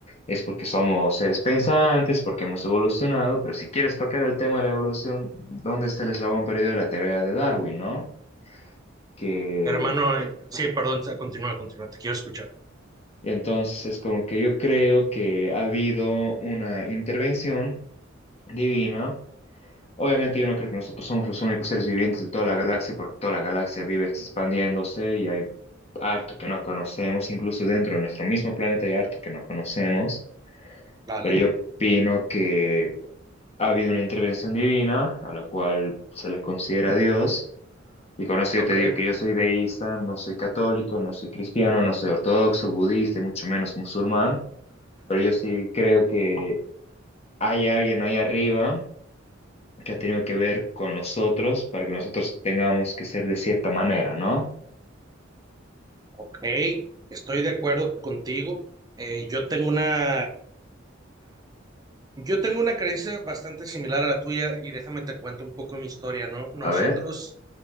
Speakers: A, on the left; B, on the right.
A: es porque somos seres pensantes, porque hemos evolucionado, pero si quieres tocar el tema de la evolución, ¿dónde está el eslabón perdido de la teoría de Darwin, ¿no? Que
B: Hermano, eh, sí, perdón, continúa, continúa, te quiero escuchar.
A: entonces es como que yo creo que ha habido una intervención divina Obviamente yo no creo que nosotros somos los únicos seres vivientes de toda la galaxia, porque toda la galaxia vive expandiéndose y hay harto que no conocemos, incluso dentro de nuestro mismo planeta hay harto que no conocemos,
B: Vale.
A: pero yo opino que ha habido una intervención divina a la cual se le considera Dios, y con eso
B: Ok.
A: yo te digo que yo soy deísta, no soy católico, no soy cristiano, no soy ortodoxo, budista, y mucho menos musulmán, pero yo sí creo que hay alguien ahí arriba que ha tenido que ver con nosotros para que nosotros tengamos que ser de cierta manera, ¿no?
B: Ok. Estoy de acuerdo contigo. Eh, yo tengo una. Yo tengo una creencia bastante similar a la tuya y déjame te cuento un poco mi historia, ¿no? Nosotros,
A: A ver.